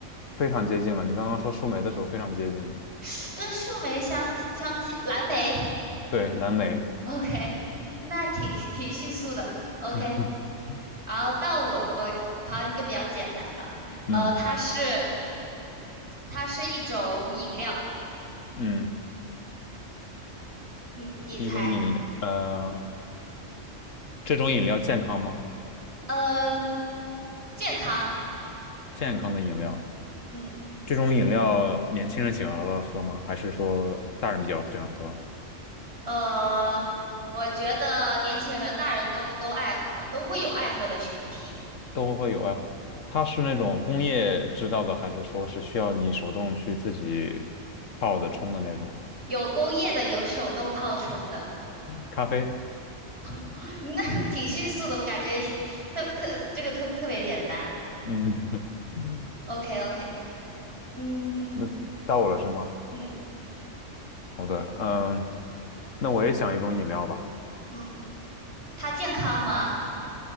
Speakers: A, on the left; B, on the right.
A: 非常接近了。你刚刚说树莓的时候非常接近了，
B: 树跟树莓相相近，蓝莓。
A: 对，蓝莓，
B: OK，<laughs> 那挺挺迅速的。OK，
A: <laughs>
B: 然后到我，我考你一个比较简单吧。
A: 嗯
B: 呃，它是它是一种饮料，
A: 嗯，
B: 嗯，你猜，
A: 一种饮料，呃，这种饮料健康吗？
B: 嗯、健康，
A: 健康的饮料，
B: 嗯。
A: 这种饮料年轻人喜欢喝喝吗？还是说大人比较喜欢喝？
B: 呃，我觉得年轻人和大人都都爱喝，都会有爱喝的群体，
A: 都会有爱喝。它是那种工业制造的，还是说是需要你手动去自己泡的冲的那种
B: 有工业的，有手动泡冲的，
A: 咖啡？
B: <laughs> 那挺迅速的，我感觉特特这个特特别简单。
A: 嗯，<laughs>
B: OK OK，嗯
A: 那到我了是吗？
B: 嗯
A: 好的，嗯，那我也想一种饮料吧，
B: 嗯，它健康吗？